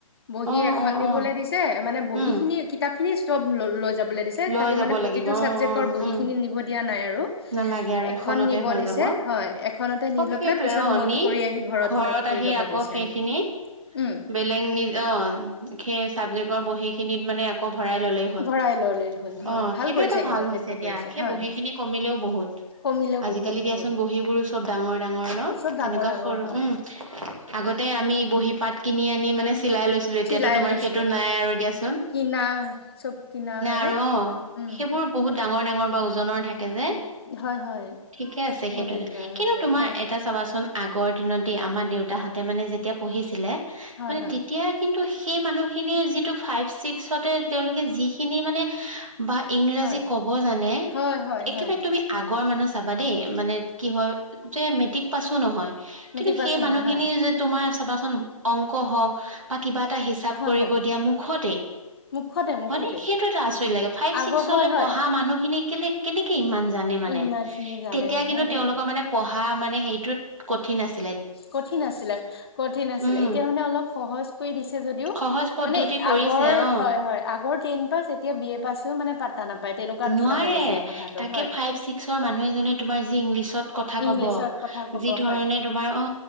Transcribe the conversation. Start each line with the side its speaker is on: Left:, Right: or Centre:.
Left: বহী
Right: অ
Left: এখন
Right: অ
Left: নিবলৈ
Right: অ
Left: দিছে মানে বহীখিনি
Right: উম
Left: কিতাপখিনি চব ল লৈ যাবলৈ দিছে,
Right: লৈ
Left: খালি
Right: যাব
Left: মানে প্ৰতিটো
Right: লাগিব অ
Left: ছাবজেক্টৰ
Right: অ
Left: বহিখিনি
Right: উম
Left: নিব দিয়া নাই আৰু।
Right: নালাগে আৰু
Left: এখন
Right: এখনতে
Left: নিব
Right: হৈ
Left: দিছে
Right: যাব,
Left: হয় এখনতে নি
Right: অ
Left: লৈ
Right: সেইটো
Left: পেলাই পিছত
Right: অ
Left: নোট
Right: নি,
Left: কৰি আহি
Right: ঘৰত
Left: নোট কৰি
Right: আহি
Left: ল'ব
Right: আকৌ
Left: দিছে
Right: সেইখিনি
Left: আৰু উম
Right: বেলেগ নিজ অ সেই চাবজেক্টৰ বহিখিনিত মানে আকৌ ভৰাই ললেই হ'ল,
Left: ভৰাই ললে হ'ল হয়
Right: অ
Left: ভাল
Right: সেইটো
Left: কৰিছে
Right: এটা
Left: কিন্তু
Right: ভাল হৈছে
Left: সেইটো কৰিছে
Right: দিয়া সেই
Left: হয়
Right: বহীখিনি হিলেও বহুত।
Left: কমিলেও
Right: আজিকালি
Left: বহুত বহুত
Right: দিয়াচোন বহীবোৰ চব ডাঙৰ ডাঙৰ ন,
Left: চব
Right: তেনেকুৱা
Left: ডাঙৰ ডাঙৰ
Right: সৰু
Left: হয়
Right: উম আগতে আমি বহী পাত কিনি আনি মানে চিলাই লৈছ এতিয়াতো
Left: চিলাই
Right: তোমাৰ
Left: লৈছিলো
Right: সেইটো
Left: হয়
Right: নাই আৰু দিয়াচোন।
Left: কিনা চব কিনা হয়নে
Right: আৰু অ
Left: উম।
Right: সেইবোৰ বহুত ডাঙৰ ডাঙৰ বা ওজনৰ থাক থাকে যে,
Left: উম হয় হয়
Right: ঠিকে আছে
Left: বহুত
Right: সেইটো
Left: দিগদাৰ
Right: এটা।
Left: হৈছে
Right: কিন্তু তোমাৰ
Left: হয়
Right: এটা চাবাচোন আগৰ দিনতে দে আমাৰ দেউতাহঁতে মানে যেতিয়া পঢ়িছিলে
Left: হয়
Right: মানে
Left: হয়
Right: তেতিয়া কিন্তু সেই মানুহখিনিৰ যিটো ফাইভ ছিক্সতে তেওঁলোকে যিখিনি মানে বা ইংৰাজী
Left: হয়
Right: ক'ব জানে
Left: হয় হয়
Right: একেবাৰে
Left: হয়
Right: তুমি আগৰ মানুহ চাবা দেই মানে কি হয় যে মেট্ৰিক পাছো নহয়।
Left: মেট্ৰিক
Right: কিন্তু
Left: পাছো
Right: সেই
Left: নহয়
Right: মানুহখিনি
Left: হয়
Right: যে তোমাৰ চাবাচোন অংক হওঁক কিবা এটা হিচাপ
Left: হয়
Right: কৰিব
Left: হয়
Right: দিয়া মুখতে
Left: মুখতে মুখতে
Right: মানে সেইটো এটা আচৰিত লাগে। ফাইভ
Left: আগৰ
Right: ছিক্সলে
Left: হয় হয়
Right: পঢ়া মানুহখিনি কেলে কেনেকে ইমান জানে মানে,
Left: ইমান খিনি জানে
Right: তেতিয়া কিন্তু
Left: হয় দিয়া
Right: তেওঁলোকৰ মানে পঢ়া মানে হেৰিটোত কঠিন আছিল।
Left: কঠিন আছিলে কঠিন আছিলে।
Right: উম,
Left: এতিয়া মানে অলপ সহজ কৰি দিছে যদিও
Right: সহজ পদ্ধতি
Left: মানে
Right: কৰিছে
Left: আগৰ
Right: অ',
Left: হয় হয়। আগৰ টেন পাছ এতিয়া বি এ পাছও মানে পাত্তা নাপায়। তেনেকুৱা নিচিনা
Right: নোৱাৰে,
Left: হৈ গৈছেগে কথাটো
Right: তাকে
Left: হয়
Right: ফাইভ ছিক্সৰ মানুহ এজনে তোমাৰ যি ইংলিছত কথা
Left: ইংলিছত
Right: ক'ব।
Left: কথা ক'ব
Right: যি ধৰণে
Left: হয়
Right: তোমাৰ অ',